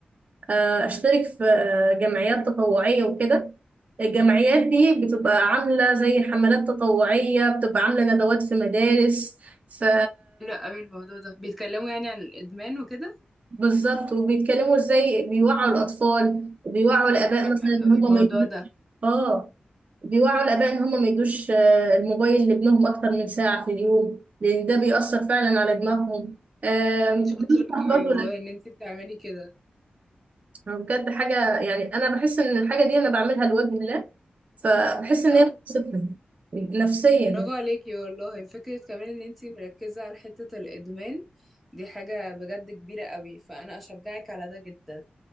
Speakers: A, on the right; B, in the centre.
A: آه، اشترك في آه، جمعيات تطوعية وكده الجمعيات دي بتبقى عاملة زي حملات تطوعية بتبقى عاملة ندوات في مدارس في
B: قوي الموضوع ده بيتكلموا يعني عن الادمان وكده
A: بالظبط وبيتكلموا ازاي بيوعوا الاطفال وبيوعوا الاباء
B: حلو
A: مثلا ان
B: قوي
A: هم
B: الموضوع
A: ما يدوش
B: ده
A: اه بيوعوا الاباء ان هم ما يدوش آه، الموبايل لابنهم اكتر من ساعه في اليوم لان ده بيأثر فعلا على دماغهم آم،
B: شاطرة
A: بينصح
B: قوي
A: برضو
B: والله
A: لا
B: ان انتي بتعملي كده
A: بجد حاجه يعني انا بحس ان الحاجه دي انا بعملها لوجه الله فبحس
B: صح
A: ان هي بتبسطني نفسيا
B: برافو عليكي والله فكرة كمان ان انتي مركزة على حتة الادمان دي حاجة بجد كبيرة قوي فانا اشجعك على ده جدا